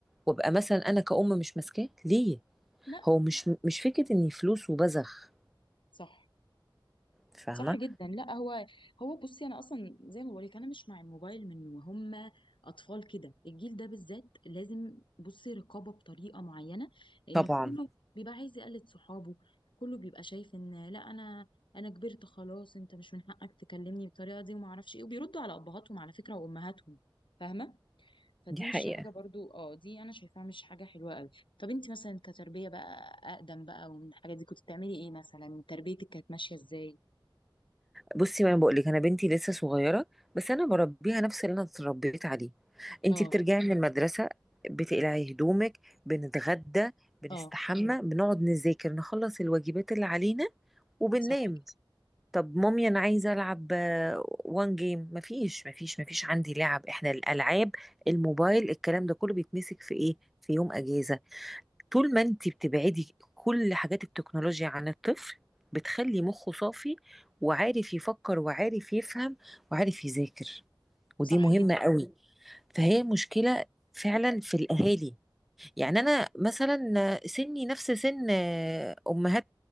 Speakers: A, in the centre; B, on the left.
A: وابقى مثلا انا كأم مش ماسكاه ليه
B: لا
A: هو مش مش فكره اني فلوس وبزخ
B: صح
A: فاهمه
B: صح جدا لا هو هو بصي انا اصلا زي ما بقولك انا مش مع الموبايل من وهم اطفال كده الجيل ده بالذات لازم بصي رقابه بطريقه معينه لان
A: طبعا
B: كله بيبقى عايز يقلد صحابه كله بيبقى شايف ان لا انا انا كبرت خلاص انت مش من حقك تكلمني بالطريقه دي وما اعرفش ايه وبيردوا على ابهاتهم على فكره وامهاتهم فاهمه فدي
A: دي حقيقه
B: مش حاجه برضو اه دي انا شايفاها مش حاجه حلوه قوي طب انت مثلا كتربيه بقى اقدم بقى ومن الحاجات دي كنت بتعملي ايه مثلا تربيتك كانت ماشيه ازاي
A: بصي ما انا بقول لك انا بنتي لسه صغيره بس انا بربيها نفس اللي انا اتربيت عليه انتي
B: اه
A: بترجعي من المدرسه بتقلعي هدومك بنتغدى بنستحمى
B: اه
A: بنقعد نذاكر نخلص الواجبات اللي علينا وبننام
B: صح كده
A: طب مامي انا عايزه العب وان جيم مفيش مفيش مفيش عندي لعب احنا الالعاب الموبايل الكلام ده كله بيتمسك في ايه في يوم اجازه طول ما انت بتبعدي كل حاجات التكنولوجيا عن الطفل بتخلي مخه صافي وعارف يفكر وعارف يفهم وعارف يذاكر ودي
B: صح
A: مهمة
B: جدا
A: قوي فهي مشكلة فعلا في الأهالي يعني أنا مثلا سني نفس سن أمهات